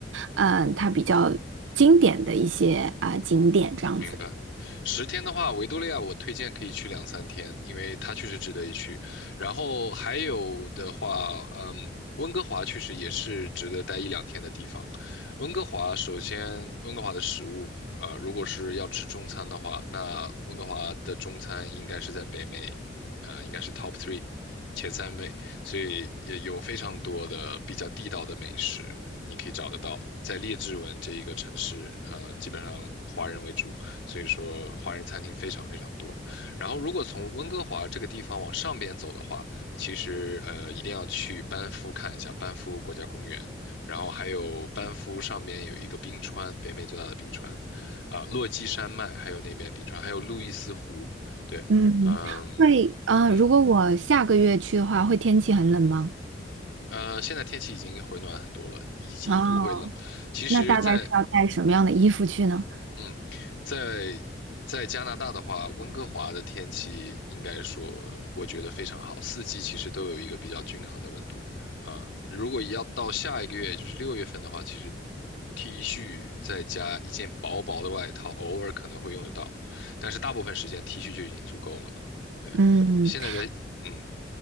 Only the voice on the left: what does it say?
明白。十天的话，维多利亚我推荐可以去两三天，因为它确实值得一去。然后还有的话，嗯，温哥华确实也是值得待一两天的地方。温哥华首先，温哥华的食物，呃，如果是要吃中餐的话，那温哥华的中餐应该是在北美，呃，应该是 top three 前三位，所以也有非常多的比较地道的美食，你可以找得到。在列治文这一个城市，呃，基本上华人为主。所以说华人餐厅非常非常多。然后如果从温哥华这个地方往上边走的话，其实呃一定要去班夫看一下班夫国家公园，然后还有班夫上边有一个冰川，北美最大的冰川，啊、落基山脉，还有那边冰川，还有路易斯湖，对，
嗯
嗯。
呃，现在天气已经回暖很多了，已经不会冷。
其实，
在嗯，在在加拿大的话，温哥华的天气应该说，我觉得非常好，四季其实都有一个比较均衡的温度。啊、如果要到下一个月，也就是六月份的话，其实 T 恤再加一件薄薄的外套，偶尔可能会用得到，但是大部分时间 T 恤就已经足够了。对，
现在在，嗯